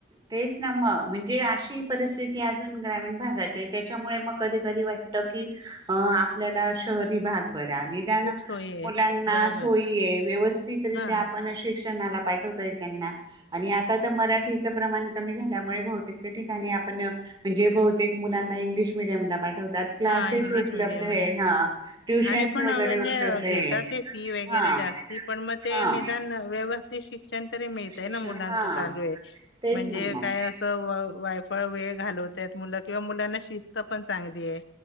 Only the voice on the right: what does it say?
तेच ना मग म्हणजे अशी परिस्थिती अजून ग्रामीण भागात आहे त्याच्यामुळे मग कधी कधी वाटते की आपल्याला शहरी भाग बरा आणि
मुलाना
सोय व्यवस्थित रित्या
आपण शिक्षणा पाठवतोय त्यांना आणि आता तर मराठीचं प्रमाण कमी झाल्यामुळे बहुतेक ठिकाणी आपण म्हणजे बहुतेक मुलांना इंग्लिश मिडियमला पाठवतात. क्लासेस
उपलब्ध
आहे हा ट्युशन्स
वगैरे
उपलब्ध आहे
हा.
हा
शिक्षण
हा
तेच
ना मग